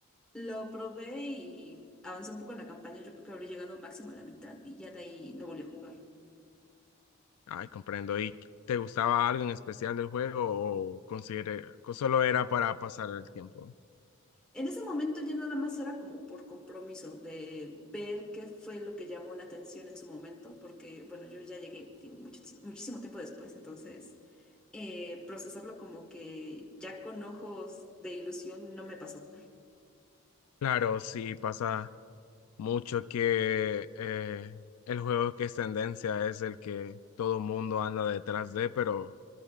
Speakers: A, in the centre; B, on the left.
A: Lo probé y avanzó un poco en la campaña. Yo creo que habré llegado máximo a la mitad y ya de ahí no volví a jugar.
B: Ay, comprendo. ¿Y te gustaba algo en especial del juego o considere- solo era para pasar el tiempo?
A: En ese momento ya nada más era como por compromiso de ver qué fue lo que llamó la atención en su momento, porque bueno, yo ya llegué, digo, muchis- muchísimo tiempo después, entonces eh, procesarlo como que ya con ojos de ilusión no me pasó.
B: Claro, sí pasa. mucho que eh, el juego que es tendencia es el que todo mundo anda detrás de, pero